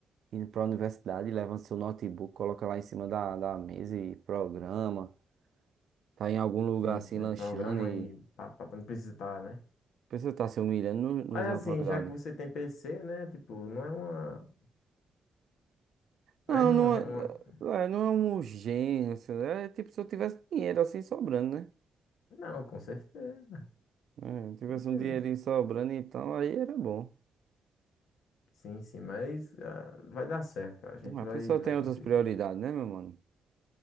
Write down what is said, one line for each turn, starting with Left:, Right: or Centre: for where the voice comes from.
Right: indo para a universidade, leva seu notebook, coloca lá em cima da, da mesa e programa. Tá em algum lugar
Left: Sim,
Right: assim,
Left: sim,
Right: lanchando
Left: aí programa
Right: e
Left: aí, pá, pá, pra não precisar, né?
Right: a pessoa tá se humilhando no, no
Left: Mas,
Right: já
Left: assim,
Right: faculdade.
Left: já que você tem PC, né? Tipo, não é uma, né?
Right: Não, não
Left: Uma, re- uma...
Right: é, é, não é um gênio assim. é tipo se eu tivesse dinheiro assim sobrando, né?
Left: Não, com certeza,
Right: É, tivesse
Left: Com certeza.
Right: um dinheirinho sobrando e tal, aí era bom.
Left: Sim, sim, mas ah, vai dar certo, cara. A gente
Right: Mas
Left: vai,
Right: A pessoa
Left: vai
Right: tem
Left: conseguir.
Right: outras prioridades, né, meu mano?